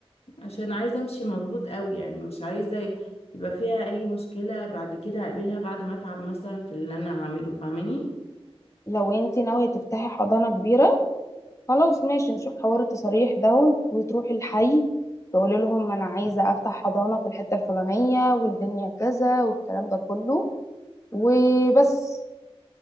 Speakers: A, on the left; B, on the left.
A: عشان عايزه امشي مظبوط قوي يعني مش عايزه يبقى فيها اي مشكله بعد كده اقابلها بعد ما اتعب مثلا في اللي انا هعمله فاهماني
B: لو انت ناويه تفتحي حضانه كبيره خلاص ماشي نشوف حوار التصاريح ده وتروحي الحي تقولي لهم انا عايزه افتح حضانه في الحته الفلانيه والدنيا كذا والكلام ده كله وبس